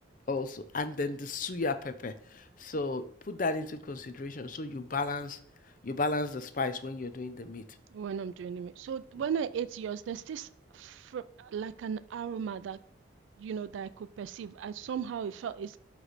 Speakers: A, on the left; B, on the right.
A: also and then the suya pepper so put that into consideration so you balance you balance the spice when you're doing the meat
B: when I'm doing it. So when
A: Mm.
B: I ate yours, there's this fr like an aroma that you know, that I could perceive. I somehow it felt it